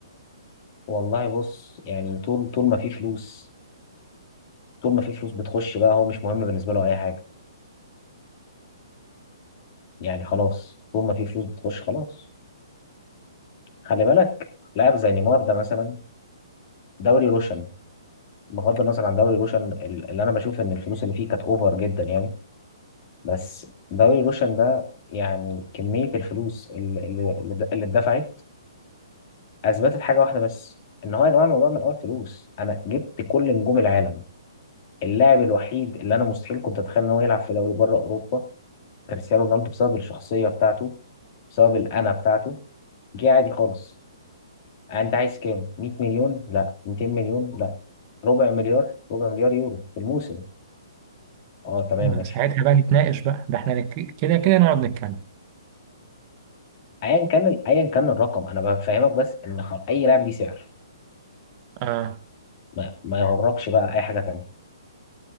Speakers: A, on the left; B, on the right.
A: والله بص يعني طول طول ما في فلوس طول ما في فلوس بتخش بقى هو مش مهم بالنسبة له أي حاجة يعني خلاص طول ما في فلوس بتخش خلاص خلي بالك لاعب زي نيمار ده مثلا دوري روشن بغض النظر عن دوري روشن ال- اللي انا بشوف ان الفلوس اللي فيه كانت اوفر جدا يعني بس دوري روشن ده يعني كمية الفلوس اللي اللي اللي اللي اتدفعت اثبتت حاجة واحدة بس ان هو يا جماعة الموضوع من الاول فلوس انا جبت كل نجوم العالم اللاعب الوحيد اللي انا مستحيل كنت اتخيل ان هو يلعب في دوري بره اوروبا كريستيانو رونالدو بسبب الشخصية بتاعته بسبب الانا بتاعته جه عادي خالص آه، انت عايز كام 100 مليون لا 200 مليون لا ربع مليار ربع مليار يورو في الموسم اه تمام
B: آه،
A: ماشي
B: ساعتها بقى نتناقش بقى ده احنا نك... كده كده نقعد نتكلم
A: ايا كان ال- ايا كان الرقم انا بفهمك بس ان خل... اي لاعب ليه سعر
B: اه
A: ما, ما يغركش بقى اي حاجه تانية